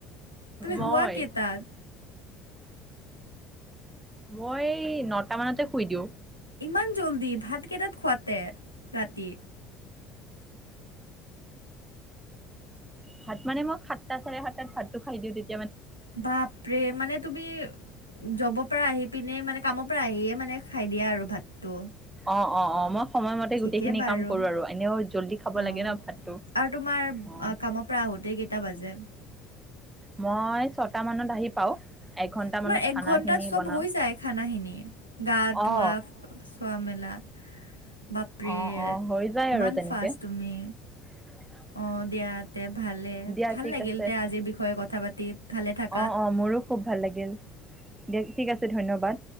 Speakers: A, on the left (about 90°); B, on the right (about 15°).
A: তুমি
B: মই
A: শুৱাকেতাত?
B: মই নটা মানতে শুই দিওঁ।
A: ইমান জল্দি ভাতকেইটাত খুৱাতে ৰাতি?
B: ভাত মানে মই সাতটা চাৰে সাতটাত ভাতটো খাই দিওঁ তেতি
A: বাপৰে মানে তুমি যবৰ পাৰা আহি পিনেই মানে কামৰ পৰা আহিয়ে মানে খাই দিয়া আৰু ভাতটো।
B: অহ - অহ -অহ মই সময়মতে
A: ঠিকে
B: গোটেইখিনি
A: বাৰু।
B: কাম কৰো আৰু এনেও জল্দি খাব
A: অ',
B: লাগে ন' ভাতটো।
A: আৰু তোমাৰ
B: অ
A: কামৰ পৰা আহোঁতেই কেইটা বাজে?
B: মই ছটা মানত আহি পাওঁ। এঘন্টা
A: তোমাৰ
B: মানত
A: এক
B: খানাখিনি
A: ঘন্টাত চব
B: বনাওঁ
A: হৈ যায় খানাখিনি গা
B: অ
A: ধোৱা চোৱা -মেলা বাপৰে
B: অ অ হৈ যায়
A: ইমান
B: আৰু তেনেকে
A: ফাষ্ট তুমি।
B: <unintelligible>
A: অহ, দিয়া তে ভালে
B: দিয়া
A: ভাল
B: ঠিক
A: লাগিল
B: আছে
A: তে আজিৰ বিষয়ে কথা পাতি ভালে থাকা।
B: অ অ মোৰো খুব ভাল লাগিল দিয়ক ঠিক আছে ধন্যবাদ।